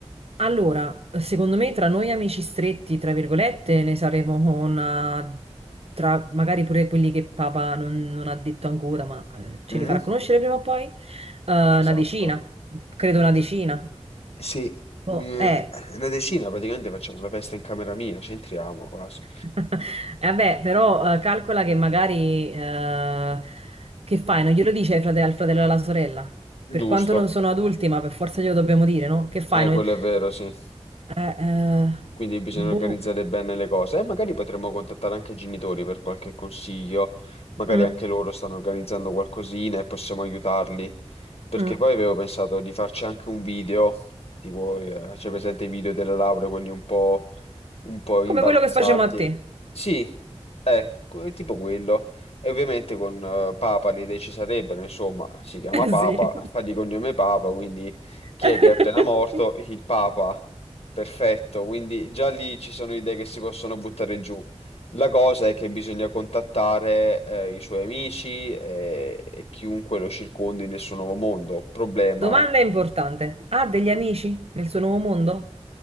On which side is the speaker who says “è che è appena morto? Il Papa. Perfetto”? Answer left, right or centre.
Left